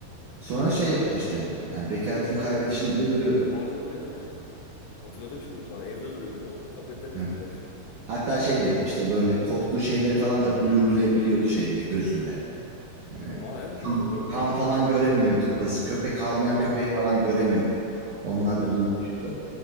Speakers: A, on the right; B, on the left.
A: Sonra şey yaptı işte. Yani bekaretini kaybedişini bile görüyordu.
B: Aynen aynen aynen. Hatırladım şimdi o sahneyi. Evde duruyordu o. Tabletten izliyordu
A: Evet.
B: her şeyi.
A: Hatta şeyde işte böyle korktuğu şeyleri falan da blurlayabiliyordu şeyinde gözünde. Ee,
B: Aa
A: kan,
B: evet evet o da o
A: kan
B: bölümdü
A: falan
B: doğru.
A: göremiyordu kız. Köpek havlayan köpeği falan göremiyordu. Onlar
B: Aynen.
A: blurlaşıyordu.